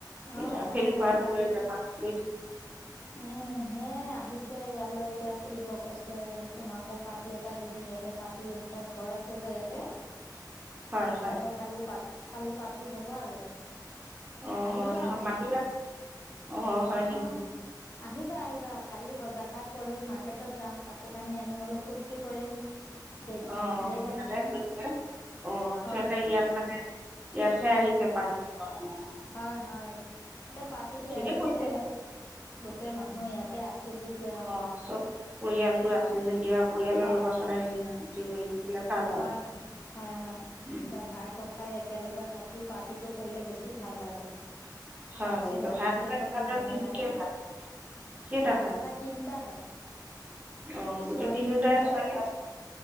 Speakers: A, on the left (about 30°); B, on the right (about 20°).
A: অ
B: এতিয়া
A: ভালে
B: ফেল
A: হ'ল
B: কৰাতকৈ
A: কালি
B: এতিয়া পাছ কৰি
A: উম হে আহিছে ইয়ালৈ এতিয়া ফুৰিব কৈছে তোমাকো পাৰ্তি এটা দিওঁ ইয়াতে পাতি এটা ঘৰ আছে যে ইয়াতে
B: <inaudible> হয় হয়
A: ইয়াতে কালি পা কালি পাৰ্টি হব আৰু
B: অ
A: আহিব
B: নহয়
A: আপুনিও
B: মাটিবা নেকি হয়
A: অহ
B: নেকি?
A: আহিবা আহিবা কালি বজাৰ ঘাট কৰিম মাৰ্কেটত যাম কাপোৰ কানি আনিম অলপ ফূুৰ্তি কৰিম ডেগ
B: অ অ
A: ডেগ আনিম
B: ভালে হৈছে অ আচলতে
A: হয়
B: ইয়াত মানে ইয়াতহে আহিছে পাৰতি দিব আমক
A: হয় হয় এতিয়া পাৰ্টিটো
B: ঠিকে
A: ইয়াত দিছে
B: কৰিছে
A: গোটেই মানুহ ইয়াতে আছো যেতিয়া
B: অ চব পৰিয়ালটো আছো যেতিয়া পৰিয়ালৰ
A: হয়
B: লগত সদায় মিলা প্ৰীতিৰে কৰি থাকিলে ভাল
A: হয়
B: আৰু
A: হয় হয়
B: উম,
A: এতিয়া ভাই ককাই একেলগে থাকি পাত পাৰ্টিটো কৰিলে বেছি ভাল আৰু
B: হয়
A: ডান চহৰত
B: দহা
A: পাৰ্টি
B: কুকুৰা
A: কৰিলে ভাল নালাগে
B: কেইটা
A: নে
B: কেইটা
A: ভাই
B: ভাগ
A: ককাই তিনিটা হয়
B: অ গোটেই
A: ছোৱালী
B: তিনিওটাই
A: এজনী
B: ছোৱালী
A: আছিলে